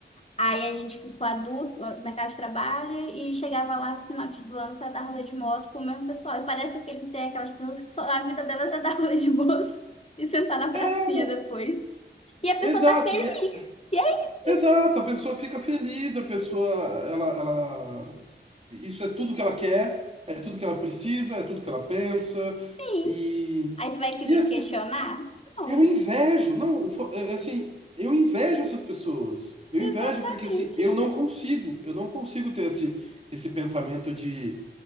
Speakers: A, on the left; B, on the right.
A: Aí a gente ficou adulto, no mercado de trabalho, e chegava lá no final do ano para dar rolê de moto com o mesmo pessoal. E parece que ele tem aquelas pessoas que só, a vida delas é <laughs> dar rolê de moto <laughs> e sentar na pracinha
B: É,
A: depois. E a pessoa
B: Exato.
A: tá feliz.
B: E,
A: E é isso,
B: Exato, a pessoa fica feliz, a pessoa, ela, ela, isso é tudo que ela quer, é tudo que ela precisa, é tudo que ela pensa,
A: sim.
B: e,
A: Aí tu vai que-
B: e assim,
A: questionar? Não,
B: eu invejo, não, o fa- é, é assim, eu invejo essas pessoas, eu
A: exatamente.
B: invejo porque, assim, eu não consigo, eu não consigo ter esse, esse pensamento de,